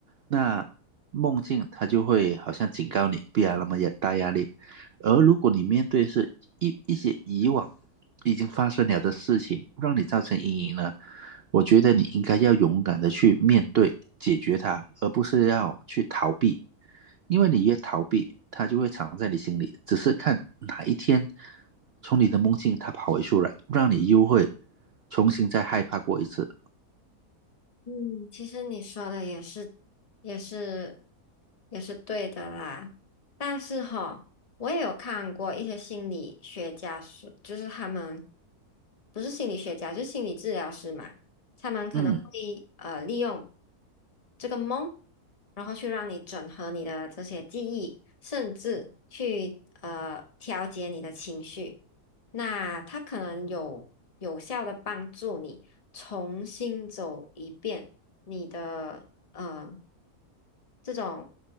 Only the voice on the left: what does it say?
嗯，其实你说的也是，也是，也是对的啦。但是哈，我也有看过一些心理学家说，就是他们不是心理学家，就是心理治疗师嘛，他们可能会呃利用
这个梦，然后去让你整合你的这些记忆，甚至去呃调节你的情绪。那它可能有有效的帮助你重新走一遍你的呃这种